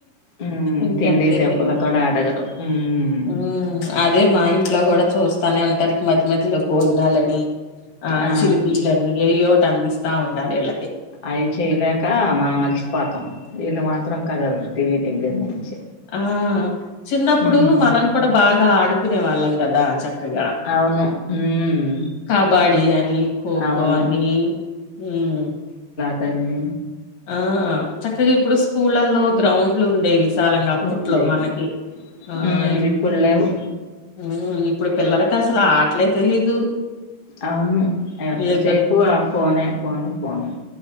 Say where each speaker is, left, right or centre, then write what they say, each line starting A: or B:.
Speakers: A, on the left; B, on the left.
A: హ్మ్
B: ఇంకంతే
A: తిండి తెప్పలు
B: పిల్లల్
A: కూడా అడగరు హ్మ్
B: మ్మ్మ్ అదే మా ఇంట్లో గూడా చూస్తానే ఉంటారు మధ్య మధ్యలో భోజనాలని ఆహ్
A: ఆ
B: చిరుతిల్లని ఏయ్యోట్. అందిస్తా ఉండాలి ఇళ్ళకి.
A: అయ్ చేయలేక మనం అలసిపోతమ్. వీళ్ళు మాత్రం కదల్ర్ టీవీ దగ్గర నుంచి.
B: ఆహ్హ్ చిన్నప్పుడూ
A: హ్మ్
B: మనం కూడా బాగ్. ఆడుకునే వాళ్ళం గదా చక్ కదా
A: అవును హ్మ్
B: కబడీ అని కో
A: అవును
B: కో అని హ్మ్
A: టని
B: ఆహ్ చక్కగ ఇప్పుడు స్కూళ్ళలో గ్రౌండ్లు ఉండేవి. విశాలంగా అప్పట్లో
A: ఉండేవి
B: మనకి ఆహ్
A: హ్మ్
B: ఇ
A: ఇప్పుడు లేవు
B: హ్మ్ ఇ ఇప్పుడు పిల్లలకస్సలా ఆట్లే తెలీదు.
A: అవును ఎంతసేపు
B: ఏదో
A: ఆ ఫోనే ఫోను ఫోను.